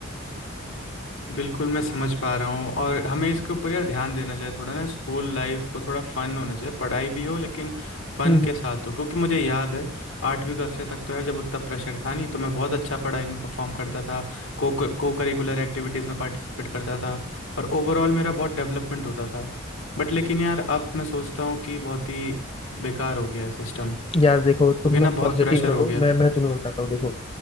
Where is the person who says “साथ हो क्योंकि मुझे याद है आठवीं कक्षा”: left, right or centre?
Left